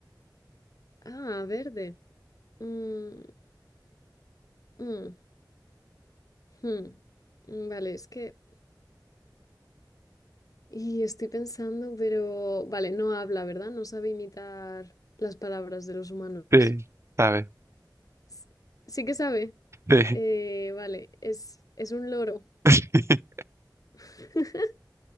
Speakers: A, on the left; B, on the right.
A: Ah, verde. Mm, mm, hmm. Mm, Vale, es que... Y estoy pensando, pero... Vale, no habla, ¿verdad? No sabe imitar las palabras de los humanos.
B: sí, ¿sabes?
A: S- Sí que sabe.
B: Sí.
A: Eh, vale, es, es un loro.
B: <laughs>
A: <laughs>